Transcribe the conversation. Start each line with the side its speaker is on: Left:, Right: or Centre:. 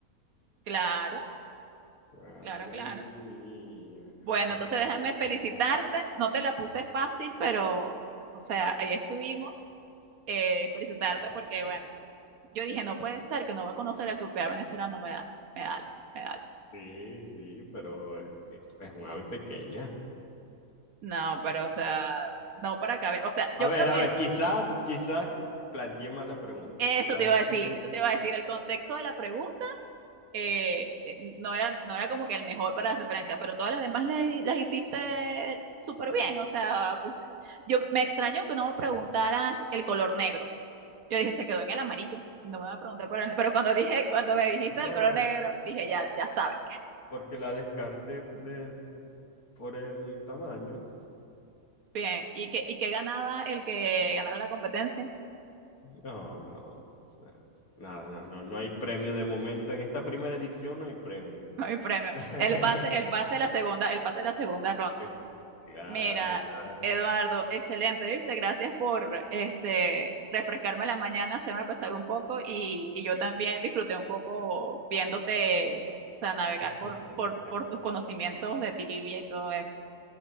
Right: Claro,
Left: Madre
Right: claro, claro.
Left: mía.
Right: Bueno,
Left: <laughs>
Right: entonces déjame felicitarte. No te la puse fácil, pero, o sea, ahí estuvimos. Eh, felicitarte
Left: Sí,
Right: porque, bueno, yo dije, no puede ser que no va a conocer al tupé venezolano, me da, me da algo, me da algo.
Left: sí, sí, pero eh, es un ave pequeña.
Right: No, pero o sea, no para caber. O sea, yo
Left: A ver,
Right: creo
Left: a
Right: que
Left: ver, quizás, quizás planteé mal la pregunta.
Right: eso
Left: Quizás
Right: te iba a decir,
Left: pides.
Right: eso te iba a decir. El contexto de la pregunta eh, eh, no era, no era como que el mejor para referencia, pero todas las demás las, las hiciste súper bien. O sea, fuiste- yo me extraño que no me preguntaras el color negro. Yo dije, se quedó en el amarillo y no me va a preguntar por el- Pero cuando dije, cuando me dijiste
Left: No,
Right: el color negro, dije, ya, ya sabes.
Left: porque la descarté por el, por el tamaño.
Right: Bien, ¿y qué, y qué ganaba el que ganara la competencia? <laughs>
Left: No, no, no, nada, nada, no, no hay premio de momento. En esta primera edición no hay premio.
Right: No hay premio.
Left: <laughs>
Right: El pase, el pase de la segunda, el pase de la segunda ronda.
Left: Eh, Claro,
Right: Mira,
Left: claro.
Right: Eduardo, excelente, ¿viste? Gracias por este, refrescarme la mañana, hacerme pasar un poco y, y yo también disfruté un poco viéndote, o sea, navegar
Left: <laughs>
Right: por, por, por tus conocimientos de trivia y todo eso.